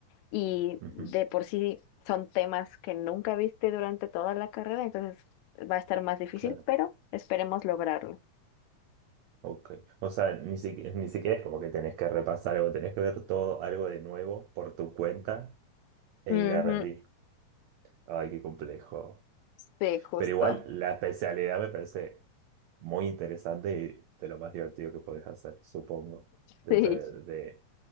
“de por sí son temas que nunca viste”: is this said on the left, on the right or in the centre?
Left